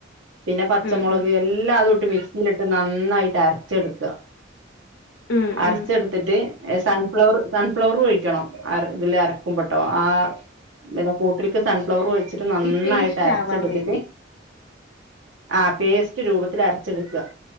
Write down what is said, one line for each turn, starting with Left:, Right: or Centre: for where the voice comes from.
Right: പിന്നെ പച്ചമൊളക്
Left: ഉം. ഉം.
Right: എല്ലാതുട്ട് മിക്സിയിലിട്ട് നന്നായിട്ട് അരച്ചെടുക്ക.
Left: ഉം.
Right: അരച്ചെടുത്തിട്ട്
Left: ഉം.
Right: സൺഫ്ലവർ സൺഫ്ലവറും ഒഴിക്കണം അര ഇതില് അരക്കുമ്പോട്ടോ. ആഹ് എല്ലാം കൂട്ടിക്ക് സൺഫ്ലവർ ഒഴി ച്ചിട്ട് നന്നായിട്ട്
Left: ഈ പേസ്റ്റ്
Right: അരച്ചെടുത്തിട്ട്
Left: ആവാൻ വേണ്ടി.
Right: ആഹ് പേസ്റ്റ് രൂപത്തില് അരച്ചെടുക്ക